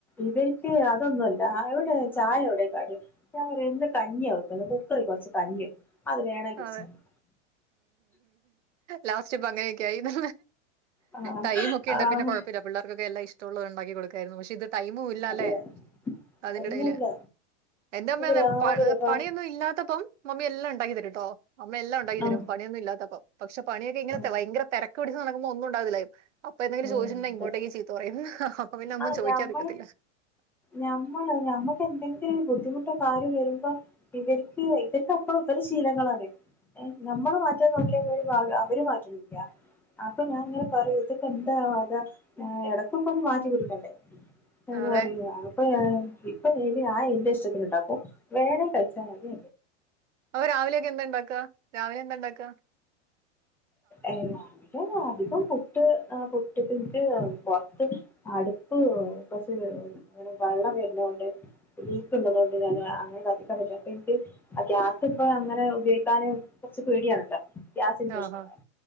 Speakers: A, in the centre; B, on the right (about 90°).
A: ഇവര്ക്ക് അതൊന്നു അല്ല അവ്ടെ ചായ ഒയുടെ കടി ഒയു <unintelligible> ഇന്ന് കഞ്ഞിയാ വെക്കുന്നെ അപ്പ <unintelligible> കൊർച്ച് കഞ്ഞി അത് വേണേ കുടിച്ചോ
B: ആ അതെ ലാസ്റ്റ് ഇപ്പ അങ്ങനെ ഒക്കെയായിന്ന്
A: ആഹ്
B: ടൈമ് ഒക്കെ ഇണ്ട്
A: ആഹ്
B: പിന്നെ കൊഴപ്പയില്ല പിള്ളാർകൊക്കെക്കെ എല്ലാം ഇഷ്ടൊള്ളത് ഇണ്ടാക്കി കൊട്ക്കാര്ന്നു പക്ഷെ ഇത് ടൈമും ഇല്ല
A: അതെ
B: അല്ലെ അതിന്റെ
A: കഴിഞ്ഞില്ല
B: ഇടയിൽ എന്റെ അമ്മ
A: ഇപ്പൊ
B: അതെ
A: രാവിലെ
B: പ
A: ഇപ്പ
B: പണിയൊന്നും ഇല്ലാത്തപ്പം മമ്മി എല്ലാം ഇണ്ടാ‌ക്കി ട്ടോ അമ്മ എല്ലാം ഉണ്ടാക്കി
A: ആഹ്
B: തെരും പണിയൊന്നും ഇല്ലാത്തപ്പം പക്ഷെ പണിയൊക്കെ ഇങ്ങനെ
A: ആഹ്
B: തെ ഭയങ്കര തെരക്ക്പിടിച്ച സമയത്തൊന്നും ഒന്നും ഉ ണ്ടാക്കത്തില്ലെയ് അപ്പ എന്തെങ്കിലും
A: ഉം
B: ചോയിച്ചിണ്ടെങ്കി
A: അതെ
B: ഇങ്ങോട്ടെക്ക് ചീത്ത പറയും <unintelligible>
A: ആഹ്
B: ചോദിക്കാതിക്കത്തില്ല
A: ഞമ്മള് ഞമ്മള് ഞമ്മക്കെന്തെങ്കിലും ഒരു ബുദ്ധിമുട്ട് കാര്യം വരുമ്പോ ഇവർക്ക് ഇവർക്ക് അപ്പളും ഇവരുടെ ശീലങ്ങളാണ് ഞമ്മള് മാറ്റാൻ നോക്കിയ അവര് മാറ്റണില്ല അപ്പൊ ഞാൻ ഇങ്ങനെ പറയൂ ഇതൊക്കെന്താ അതാ ആഹ് ഇടെക്കിപ്പോ വാ <unintelligible> അതറിയ
B: അതെ
A: അപ്പ ഇപ്പൊ എനി ഞാൻ എന്റിഷ്ടത്തിനിണ്ടാക്കും വേണെ കഴിച്ചാമതി
B: അപ്പൊ രാവിലെയൊക്കെ എന്ത്‌ണ്ടാക്ക രാവിലെ എന്തു ഇണ്ടാക്കാ
A: അധിക അധികം പുട്ട് ആഹ് മുറ്റത്തെനിക്ക് പൊറത്ത് അടുപ്പ് കുറച്ച് വെള്ളം വരുന്നൊണ്ട് ലീക്ക് ഉള്ളതൊണ്ട് ഞാന് അങ്ങനെ കത്തിക്കാൻ പറ്റും അപ്പെനിക്ക് ഗ്യാസിപ്പ അങ്ങനെ ഉപയോഗിക്കാന് കൊറച്ച് പേടിയാണല്ലോ യാസിൻ കൃഷ്ണമാർ
B: ആഹാ